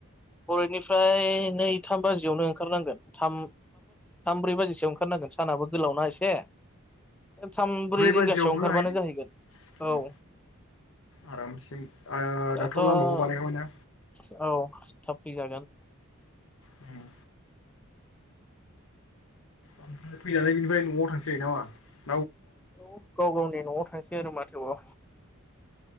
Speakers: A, in the centre; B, on the left.
A: बेनिफ्राय नै थाम बिजियाव नो ओंखार नांगोन थाम थ्रै बाजिखारनांगोन सानाबो बे गोलावना एसे थाम ब्रै
B: बाजियावनो
A: रिंगासोयाव ओंखारबानो
B: हायोलै
A: जाहैगोन
B: उम
A: औ
B: आरामसे ओ
A: दाथ' औ
B: लामाखौ बानायखाबाय ना
A: थाब फै जागोन
B: उम ओमफ्राय फैनानैय बेनिफ्राय न'आव थांसै ना मा
A: औ गाव गावनि न'आव थांसै आरो माथोबाव